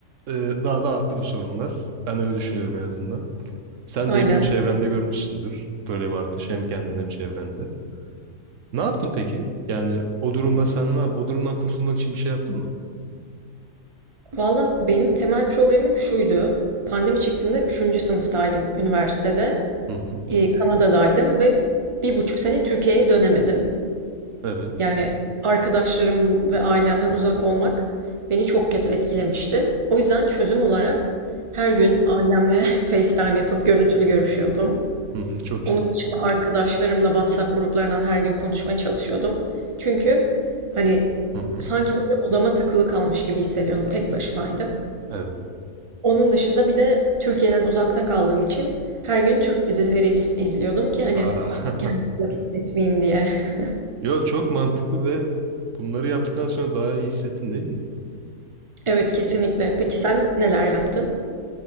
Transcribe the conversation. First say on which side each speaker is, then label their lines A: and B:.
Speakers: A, on the right; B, on the right.
A: e, daha da arttı bu sorunlar. Ben öyle düşünüyorum en azından. Sen
B: Aynen.
A: de eminim çevrende görmüşsündür böyle bir artış hem kendinde hem çevrende. Ne yaptın peki? Yani o durumda sen ne yap? O durumdan kurtulmak için bir şey yaptın mı?
B: Valla benim temel problemim şuydu. Pandemi çıktığında üçüncü sınıftaydım üniversitede.
A: Hı hı.
B: Ee, Kanada'daydım ve bir buçuk sene Türkiye'ye dönemedim.
A: Evet.
B: Yani arkadaşlarım ve ailemden uzak olmak beni çok kötü etkilemişti. O yüzden çözüm olarak her gün ailemle <laughs> FaceTime yapıp görüntülü görüşüyordum.
A: Hı hı, çok
B: Onun
A: iyi.
B: dışında arkadaşlarımla WhatsApp gruplarından her gün konuşmaya çalışıyordum. Çünkü hani
A: Hı hı,
B: sanki böyle odama tıkılı kalmış gibi hissediyordum. Tek başımaydım.
A: evet.
B: Onun dışında bir de Türkiye'den uzakta kaldığım için her gün Türk dizileri iz- izliyordum ki hani
A: Aa, <laughs>
B: kendimi uzak hissetmeyeyim diye. <laughs>
A: yo çok mantıklı ve bunları yaptıktan sonra daha iyi hissettin değil mi?
B: Evet kesinlikle. Peki sen neler yaptın?